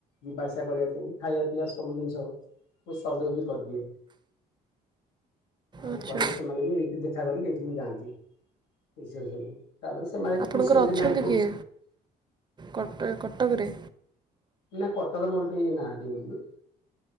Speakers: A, on the left (about 85°); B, on the right (about 25°).
A: ଯିବା ଆସିବା କରିବାପାଇଁ। ଖାଇବା ପିଇଆ ସବୁ ଦିନିଷ ମୁଁ ସହଯୋଗ ବି କରିଦିଏ। ଆଉ
B: ଆଚ୍ଛା
A: କଲେ ସେମାନେ ବି ଏଇଠି ଦେଖା କରିକି ଏଠିକି ଯାଆନ୍ତି। ରିସେପସନ୍ ତାପରେ ସେମାନେ ବି
B: ଆପଣଙ୍କର
A: ଖୁସି ହୁଅନ୍ତି
B: ଅଛନ୍ତି
A: ନାହିଁ ପୁଅ
B: କିଏ କଟ ଏ କଟକରେ?
A: ନା କଟକରେ ମୋର କେଇ ନାହାନ୍ତି ଏମିତି,